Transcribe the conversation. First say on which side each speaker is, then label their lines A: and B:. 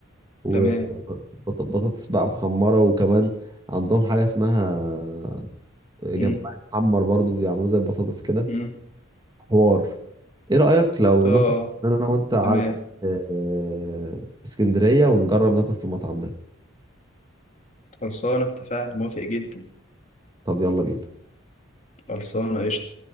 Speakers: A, on the right; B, on the left.
A: و-
B: تمام
A: وبطاطس بقى محمرة وكمان عندهم حاجة اسمها جمبري
B: مم.
A: محمر برضو بيعملوه زي البطاطس كده
B: مم.
A: حوار ايه رأيك لو
B: طب
A: ناخد انا أنا وانت على
B: تمام
A: آه، اسكندرية ونجرب ناكل في المطعم ده
B: خلصانة اتفقنا موافق جدا
A: طب يلا بينا
B: خلصانة قشطة